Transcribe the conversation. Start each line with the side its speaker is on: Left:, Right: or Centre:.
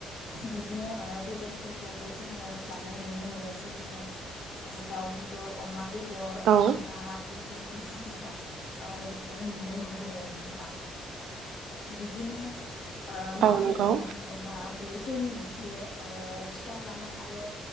Left: बिदिनो ओ बेदरफोरखौबो जोङो जानाय नुनो मोनो जेरैहाय ओ दाउ बेदर अमा बेदर
Right: औ
Left: ना बेफोरखौ जोङो ओ जानाय नुनाय मोनो आरो नोंथां। बिदिनो ओ
Right: औ
Left: मागो
Right: नंगौ
Left: होनना बुङो ब्ला बेयो जोंनि मोनसे ओ फिथा जानाय आरो